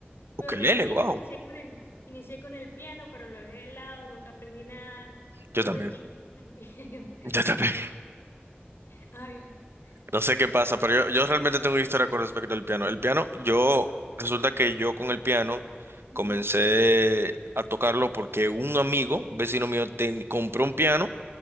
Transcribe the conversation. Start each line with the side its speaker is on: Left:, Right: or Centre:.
Left: Pero
Right: Ukelele,
Left: realmente
Right: wow.
Left: inicié con el, inicié con el piano, pero lo dejé de lado, nunca aprendí nada.
Right: Yo
Left: Entonces,
Right: también.
Left: inicié con el pi- <laughs>
Right: Yo también.
Left: es que, ay,
Right: No sé
Left: es-
Right: qué pasa, pero yo, yo realmente tengo una historia con respecto al piano. El piano, yo, resulta que yo con el piano
Left: ujú.
Right: comencé a tocarlo porque un amigo, un vecino mío, ten- compró un piano